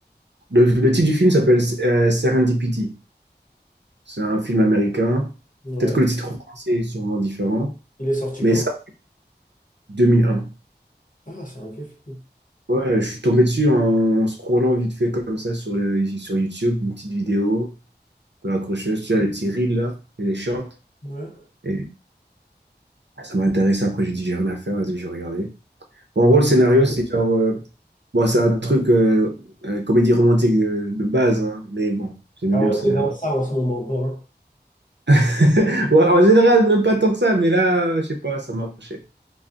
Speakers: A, on the right (about 75°); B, on the left (about 45°).
A: le, le titre du film s'appelle euh, Serendipity. C'est un film américain.
B: Ouais.
A: Peut-être que le titre français est sûrement différent,
B: Il est sorti
A: mais
B: quand?
A: ça, 2001.
B: Ah, c'est un vieux film.
A: Ouais, je suis tombé dessus en, en scrollant vite fait comme ça sur, le, sur YouTube, une petite vidéo de l'accrocheuse, tu as les petits reels là et les shorts.
B: Ouais.
A: Et ça m'a intéressé. Après, j'ai dit, j'ai rien à faire, vas-y, j'ai regardé. En gros, le scénario, c'est genre. euh, bon, c'est un truc euh, euh, comédie romantique euh, de, base, hein, mais bon, j'aimais
B: Ah
A: bien
B: ouais,
A: le scénario.
B: t'es dans ça en ce moment encore, hein.
A: <laughs> Ouais, en général, même pas tant que ça, mais là, euh, je sais pas, ça m'a accroché.